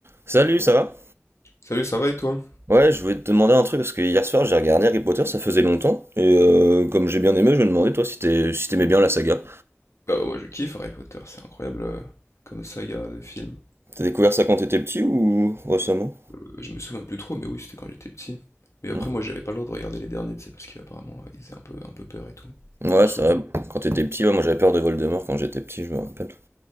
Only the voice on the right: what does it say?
Salut, ça va?
Ouais, je voulais te demander un truc parce que hier soir j'ai regardé Harry Potter, ça faisait longtemps, et euh, comme j'ai bien aimé, je me demandais toi si t'es- si t'aimais bien la saga.
T'as découvert ça quand t'étais petit ou récemment?
Hmm
Ouais,
c'est vrai. Quand t'étais petit, ouais, moi j'avais peur de Voldemort quand j'étais petit, je me rappelle.